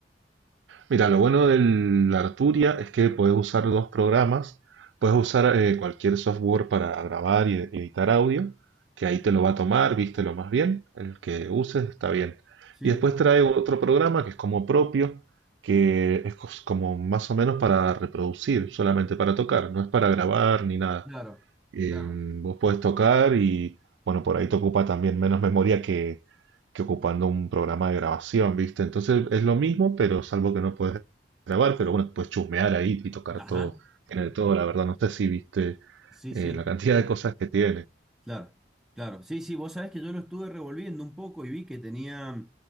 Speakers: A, on the right (about 80°); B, in the centre.
A: mira, lo bueno del Arturia es que podés usar dos programas. Puedes usar eh, cualquier software para grabar y editar audio, que ahí te lo va a tomar, vístelo más bien, el que uses está bien.
B: Sí,
A: Y después trae otro programa que es como propio, que es cos- como más o menos para reproducir, solamente para tocar, no es para grabar ni nada.
B: claro,
A: Eh,
B: claro.
A: vos podés tocar y, bueno, por ahí te ocupa también menos memoria que, que ocupando un programa de grabación, ¿viste? Entonces es lo mismo, pero salvo que no puedes grabar, pero bueno, puedes chusmear ahí y tocar
B: Ajá,
A: todo, tiene de todo, la verdad. No sé si viste
B: sí,
A: eh,
B: sí,
A: la cantidad de cosas que tiene.
B: claro, claro. Sí, sí, vos sabés que yo lo estuve revolviendo un poco y vi que tenía,